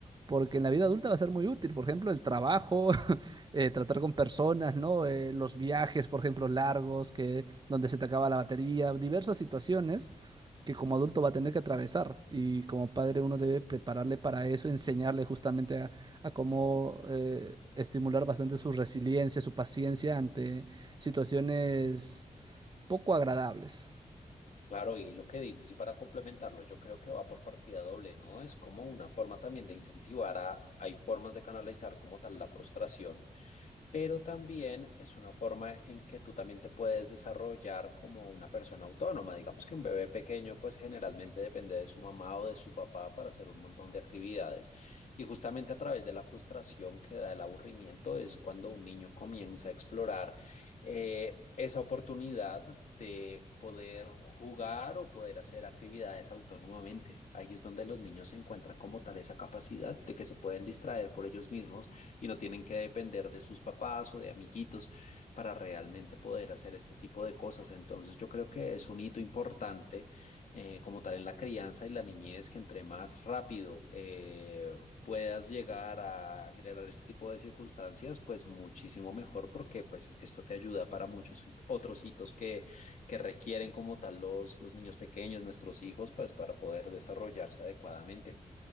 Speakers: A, on the right; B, on the left.
A: porque en la vida adulta va a ser muy útil. Por ejemplo, el trabajo, <laughs> eh, tratar con personas, ¿no? Eh, los viajes, por ejemplo, largos, que, donde se te acaba la batería, diversas situaciones que como adulto va a tener que atravesar. Y como padre uno debe prepararle para eso, enseñarle justamente a, a cómo eh, estimular bastante su resiliencia, su paciencia ante situaciones poco agradables.
B: Claro, y lo que dices, y para complementarlo, yo creo que va por partida doble, ¿no? Es como una forma también de incentivar a, hay formas de canalizar como tal la frustración pero también es una forma en que tú también te puedes desarrollar como una persona autónoma. Digamos que un bebé pequeño pues generalmente depende de su mamá o de su papá para hacer un montón de actividades. Y justamente a través de la frustración que da el aburrimiento es cuando un niño comienza a explorar eh, esa oportunidad de poder jugar o poder hacer actividades autónomamente. Ahí es donde los niños encuentran como tal esa capacidad de que se pueden distraer por ellos mismos y no tienen que depender de sus papás o de amiguitos para realmente poder hacer este tipo de cosas. Entonces yo creo que es un hito importante eh, como tal en la crianza y la niñez que entre más rápido eh, puedas llegar a generar este tipo de circunstancias, pues muchísimo mejor porque pues esto te ayuda para muchos hit- otros hitos que, que requieren como tal los, los niños pequeños, nuestros hijos, pues para poder desarrollarse adecuadamente.